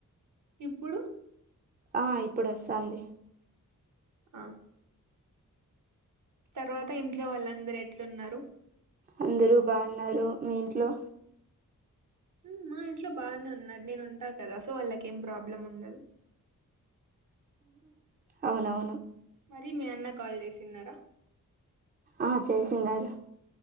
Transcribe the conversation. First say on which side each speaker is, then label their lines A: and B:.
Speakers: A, on the right (about 60°); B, on the right (about 25°).
A: ఇప్పుడు
B: ఆ ఇప్పుడు వస్తంది
A: ఆ తర్వాత ఇంట్లో వాళ్ళందరు ఎట్లున్నారు
B: అందరూ బాగున్నారు మీ ఇంట్లో
A: హ్ మా ఇంట్లో బాగానే ఉన్నారు నేను ఉంటా కదా సో వాళ్లకు ఏం ప్రాబ్లం ఉండదు.
B: అవునవును
A: మరి మీ అన్న కాల్ చేసిన్నార
B: ఆ చేసియున్నారు